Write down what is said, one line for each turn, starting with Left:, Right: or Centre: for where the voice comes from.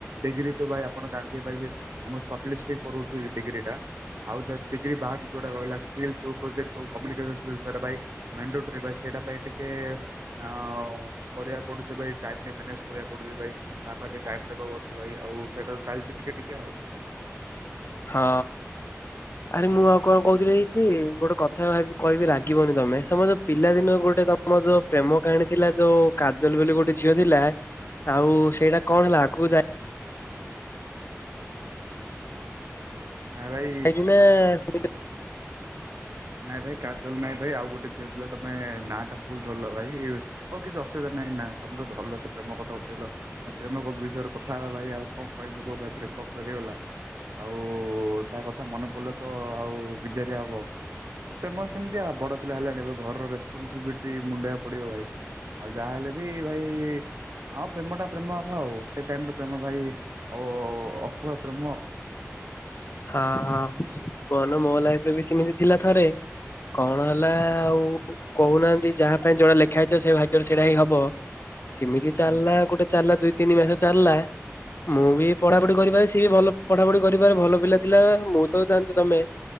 Right: ଡିଗ୍ରୀ ତ ଭାଇ ଆପଣ ଗା <unintelligible> ସଟଲିଷ୍ଟି କରୁଛି ଡିଗ୍ରୀ ଟା ଆଉ ଯି ଡିଗ୍ରୀ ବାଦ ଜଉଟା ରହିଲ ସ୍କିଲ୍ ହଉ ପ୍ରୋଜେକ୍ଟ ହଉ କମ୍ୟୁନିକେଟ୍ ସ୍କୁଲ୍ଲି ବାଇ ମେଣ୍ଡୋଟରି ସେଇଟା ପାଇଁ ଟିକେ ଆ କରିବା ପଡୁଛି ଭାଇ ଟାଇମ ଟା ମ୍ୟାନେଜ କରିବାକୁ ପଡୁଛି ଭାଇ। ତା ପାଇଁ ଟିକେ ଟାଇମ ନବାକୁ ଅଛି ଭାଇ ଆଉ ସେଇଟା ଚାଲିଛି ଟିକେ ଟିକେ ଆଉ।
Left: ହଁ ଆରେ ମୁଁ ଆଉ କଣ କହୁଥିଲି ହେଇ କି ଗୋଟେ କଥା ଭାବି କହିବି ରାଗିବନି ତମେ ସମ୍ ଯୋଉ ପିଲାଦିନ ଗୋଟେ ତମ ଯୋଉ ପ୍ରେମ କାହାଣୀ ଥିଲା ଯୋଉ କାଜଲ ବୋଲି ଗୋଟେ ଝିଅ ଥିଲା ଆଉ ସେଇଟା କଣ ହେଲା ଆଗକୁ ଯାଇ
Right: ନାଇଁ ଭାଇ
Left: ଯାଇଛି ନା ସେମିତି
Right: ନାଇଁ ଭାଇ କାଜଲ ନାଇଁ ଭାଇ ଆଉ ଗୋଟେ ଝିଅ ଥିଲା ତମେ ନାଁ ଟା ଭୁଲ ଧରିଲ ଭାଇ। ହଉ କିଛି ଅସୁବିଧା ନାହିଁ ନାଁ ତମ ତ ଧରିଲ ସେ ପ୍ରେମ କଥା ଉଠେଇଲ। ଆ ପ୍ରେମଙ୍କ ବିଷୟରେ କଥା ହେବା ଭାଇ ଆଉ କଣ କହିବୁ କ ଭାଇ ବ୍ରେକଅପ୍ ତ ହେଇଗଲା। ଆଉ ତା କଥା ମନେ ପଡ଼ିଲ ତ ଆଉ ବିଜାରିଆ ହବ। ଆଉ ପ୍ରେମ ସେମିତି ଆଉ ବଡ ପିଲା ହେଲାଣି ଏ ଘରର ରେସପନସିବିଲିଟି ମୁଣ୍ଡେଇକୁ ପଡିବ ଭାଇ। ଆଉ ଯାହାହେଲେ ବି ଭାଇ ହଁ ପ୍ରେମ ଟା ପ୍ରେମ ଆଉ ସେ ଟାଇମରେ ପ୍ରେମ ଭାଇ ଅ ଅକୁଆ ପ୍ରେମ।
Left: ହଁ ହଁ କୁହନା ମୋ ଲାଇଫରେ ବି ସେମିତି ଥିଲା ଥରେ କଣ ହେଲା ଆଉ କହୁନାହାନ୍ତି ଯାହା ପାଇଁ ଯୋଉଟା ଲେଖା ହେଇଥିବ ସେ ଭାଗ୍ୟରେ ସେଇଟା ହିଁ ହବ ସିମିତି
Right: ଆଜ୍ଞା
Left: ଚାଲିଲା
Right: ଭାଇ।
Left: ଗୋଟେ ଚାଲିଲା ଦୁଇ ତିନି ମାସ ଚାଲିଲା ମୁଁ ବି ପଢାପଢି କରିପାରେ ସିଏ ବି ଭଲ ପଢାପଢି କରିିପାରେ ଭଲ ପିଲା ଥିଲା ମୁଁ ତ ଜାଣିଛୁ ତମେ